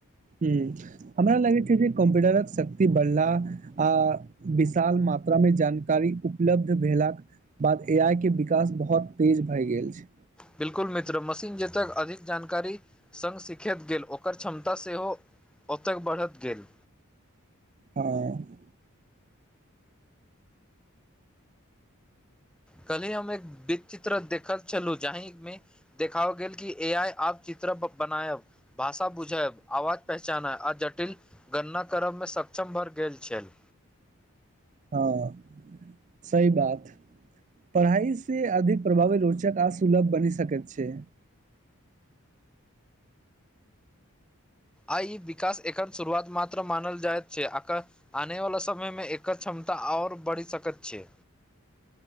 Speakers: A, on the right; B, in the centre.
A: हूंम्म हमरा लगैत छै जे कम्प्यूटरक शक्ति बढ़ला आ विशाल मात्रामे जानकारी उपलब्ध भेलाक बाद ए आइ के विकास बहुत तेज भए गेल छै
B: बिलकुल मित्र मशीन जेतक अधिक जानकारी संग सीखैत गेल ओकर क्षमता सेहो ओतय बढ़त गेल
A: हँ
B: कली हम एक बीचित्र देखल छलु जही मे देखाओल गेल कि ए आइ आब चित्र बनायब भाषा बुझै आवाज पहचान ह आ जटिल गणना करब मे सक्षम भर गेल छल
A: हँ सही बात पढ़ाइ से अधिक प्रभावित रोचक आ सुलभ बनि सकत छै
B: आ ई विकास एखन शुरुआत मात्र मानल जाइत छै आक आनेवला समयमे एकर क्षमता आओर बढ़ि सकैत छै